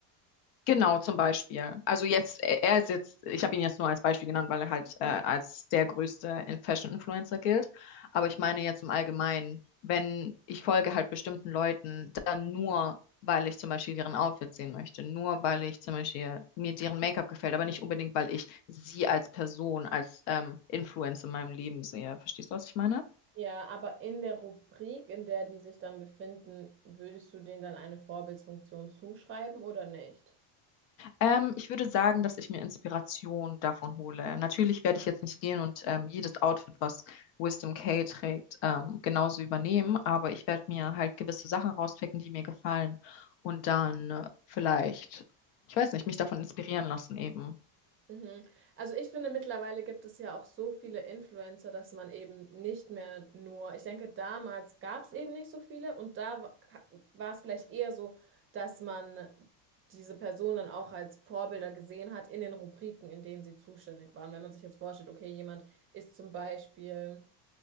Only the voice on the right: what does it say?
Hm?
Ja, aber in der Rubrik, in der die sich dann befinden, würdest du denen dann eine Vorbildsfunktion zuschreiben oder nicht?
Mhm. Also ich finde, mittlerweile gibt es ja auch so viele Influencer, dass man eben nicht mehr nur, ich denke, damals gab es eben nicht so viele und da wa- ka- war es vielleicht eher so, dass man diese Person dann auch als Vorbilder gesehen hat in den Rubriken, in denen sie zuständig waren. Wenn man sich jetzt vorstellt, okay, jemand ist zum Beispiel.